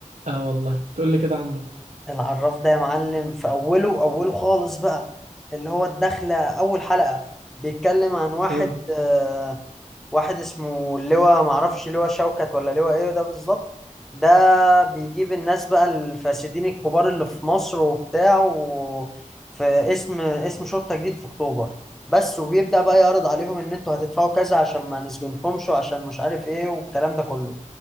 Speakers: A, on the right (about 75°); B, in the centre.
A: اه والله تقول لي كده عنه
B: العراف ده يا معلم في اوله اوله خالص بقى اللي هو الدخلة اول حلقة بيتكلم عن واحد
A: اه
B: آه، واحد اسمه لواء معرفش لواء شوكت ولا لواء ايه ده بالظبط ده بيجيب الناس بقى الفاسدين الكبار اللي في مصر وبتاع و... في اسم اسم شرطة جديد في اكتوبر بس وبيبدأ بقى يعرض عليهم ان انتوا هتدفعوا كذا عشان ما نسجنكمش وعشان مش عارف ايه والكلام ده كله